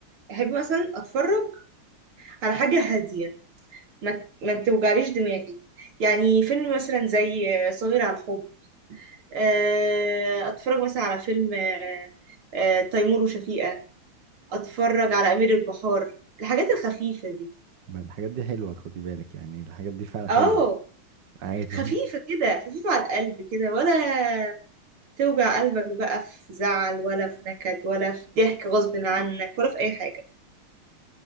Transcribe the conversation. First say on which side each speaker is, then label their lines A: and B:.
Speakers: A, on the right; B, on the right.
A: احب مثلا اتفرج على حاجة هادية ما ما توجعليش دماغي يعني فيلم مثلا زي صغير على الحب آه، اتفرج مثلا على فيلم آه، آه، تيمور وشفيقة اتفرج على امير البحار الحاجات الخفيفة دي
B: ما الحاجات دي حلوة خدي بالك يعني الحاجات دي فعلا حلوة
A: اه
B: عادي
A: خفيفة كده خفيفة على القلب كده ولا توجع قلبك بقى في زعل ولا في نكد ولا في ضحك غصب عنك ولا في أي حاجة